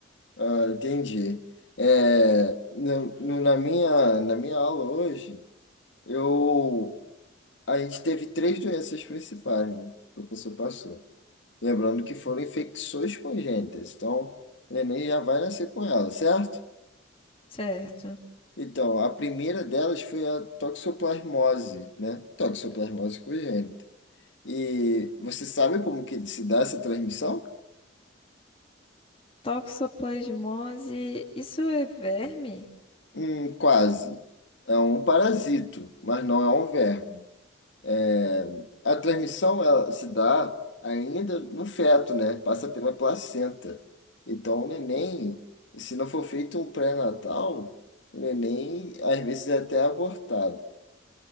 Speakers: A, on the left; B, on the left.
A: Ah, entendi. É, no, no- na minha, na minha aula hoje, eu, a gente teve três doenças principais, né? O professor passou. Lembrando que foram infecções congênitas. Então, o neném já vai nascer com ela, certo?
B: Certo.
A: Então, a primeira delas foi a toxoplasmose, né? Toxoplasmose congênita. E você sabe como que se dá essa transmissão?
B: Toxoplasmose, isso é verme?
A: Hum, quase. É um parasito, mas não é um verme. É, a transmissão ela se dá ainda no feto, né? Passa pela placenta. Então, o neném, se não for feito um pré-natal, o neném às vezes é até abortado.